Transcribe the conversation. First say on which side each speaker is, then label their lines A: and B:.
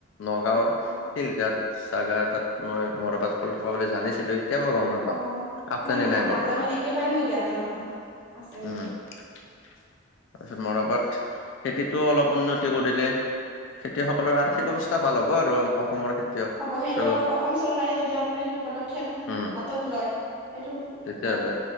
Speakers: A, on the left; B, in the centre.
A: নগাঁওৰ
B: অ', অ', অ',
A: শিলগাট জাগা এটাত মই মৰাপাত কল থকা বুলি জানিছিলো। এতিয়া মই গম নাপাওঁ।
B: অ
A: আছে
B: মই
A: নে
B: ন
A: নাই বৰ্তমান
B: নাজানো একেবাৰে মই জ্ঞাত নহয় আছে
A: উম
B: নে নাই।
A: <inaudible> তাৰপিছত মৰাপাট খেতিটো অলপ উন্নতি কৰিলে। খেতিয়কসকলৰ আৰ্থিক অৱস্থা ভাল হ'ব আৰু। অসমৰ খেতিয়ক
B: হ'ব, সেইটো
A: আৰু
B: অলপ অসম চৰকাৰে যদি আপোনাৰ কিবা পদক্ষেপ
A: উম
B: হাতত লয়। সেইটো
A: তেতিয়াহ'লে
B: হয়।